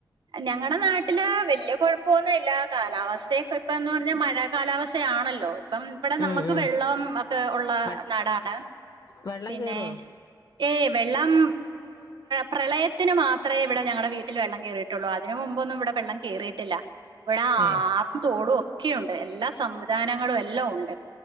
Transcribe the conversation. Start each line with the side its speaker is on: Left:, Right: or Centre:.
Right: ഞങ്ങളടെ നാട്ടില് വല്യ കൊഴപ്പൊന്നൂല്ല കാലാവസ്ഥയൊക്കപ്പിന്നെ പറഞ്ഞാ മഴ കാലാവസ്ഥ ആണല്ലോ ഇപ്പം ഇവിടെ നമുക്ക്
Left: ഉം ഉം
Right: വെള്ളം ഒക്കെ ഒള്ള
Left: വെ
Right: നാടാണ്
Left: വെള്ളം
Right: പിന്നെ
Left: കേറുവോ
Right: ഏ വെള്ളം പ്രളയത്തിന് മാത്രമേ ഇവിടെ ഞങ്ങളുടെ വീട്ടിൽ വെള്ളം കയറിയിട്ടുള്ളൂ അതിന് മുമ്പൊന്നും ഇവിടെ വെള്ളം കേറിയിട്ടില്ല ഇവിടെ ആ
Left: ഏ
Right: തോടും ഒക്കെയുണ്ട് എല്ലാ സംവിധാനങ്ങളും എല്ലാം ഉണ്ട്